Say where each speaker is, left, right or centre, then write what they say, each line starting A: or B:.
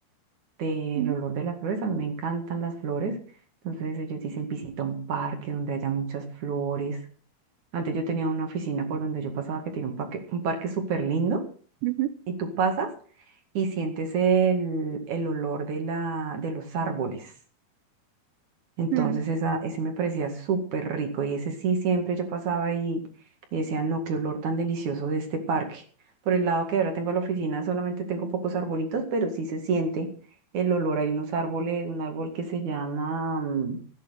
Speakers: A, on the right (about 50°); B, on the right (about 80°).
A: del
B: mm,
A: olor de las flores. A mí me encantan las flores. Entonces ellos dicen visita un parque donde haya muchas flores. Antes yo tenía una oficina por donde yo pasaba que tiene un parque, un parque súper lindo
B: mm,
A: y tú pasas y sientes el, el olor de la, de los árboles. Entonces
B: mm, mm.
A: esa, ese me parecía súper rico y ese sí siempre yo pasaba y, y decía, no, qué olor tan delicioso de este parque. Por el lado que ahora tengo a la oficina solamente tengo pocos arbolitos, pero sí se siente el olor. Hay unos árboles, un árbol que se llama mm,